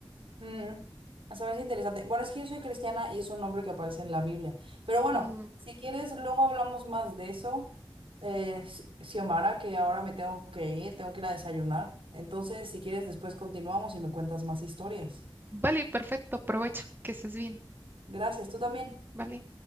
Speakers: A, on the right; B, on the right.
A: Mm. O sea, es interesante. Bueno, es que yo soy cristiana y es un nombre que aparece en la Biblia. Pero bueno,
B: Mm,
A: si quieres, luego hablamos más de eso. Eh, Si- Xiomara, que ahora me tengo que ir, tengo que ir a desayunar. Entonces, si quieres, después continuamos y me cuentas más historias.
B: vale, perfecto, aprovecho, que estés bien.
A: Gracias, tú también.
B: Vale.